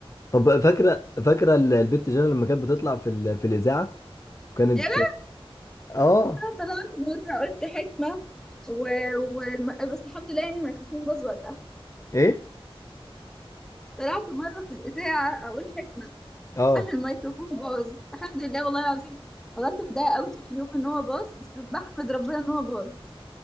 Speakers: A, on the left; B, in the centre.
A: طب فاكره فاكره ال- البت جانا لما كانت بتطلع في ال- في الاذاعه كانت
B: يا لا
A: اه
B: انا طلعت مره قلت حكمه و... و... بس الحمد لله يعني الميكروفون باظ وقتها
A: ايه
B: طلعت مره في الاذاعه اقول حكمه
A: اه
B: انا الميكروفون باظ الحمد لله والله العظيم فضلت متضايقه قوي طول اليوم ان هو باظ بس بحمد ربنا ان هو باظ